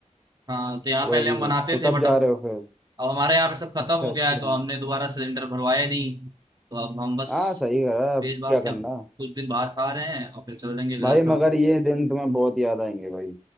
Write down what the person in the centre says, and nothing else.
वही
तो
कब
जा
रहे हो फिर
अच्छा
अच्छा
हाँ सही करा अब
क्या
करना
भाई
मगर
ये दिन तुम्हें बहुत याद आएंगे भाई